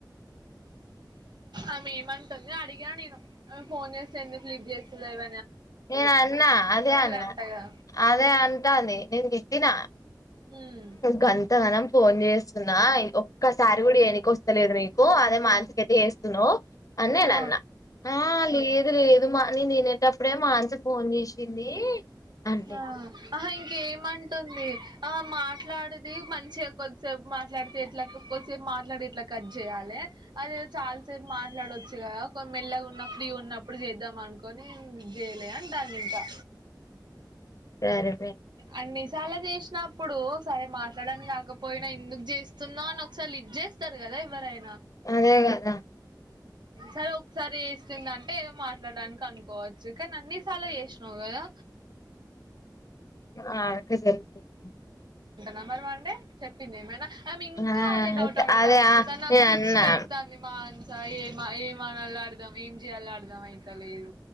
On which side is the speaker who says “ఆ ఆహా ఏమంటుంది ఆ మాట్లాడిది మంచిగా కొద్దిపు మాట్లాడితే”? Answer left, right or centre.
Right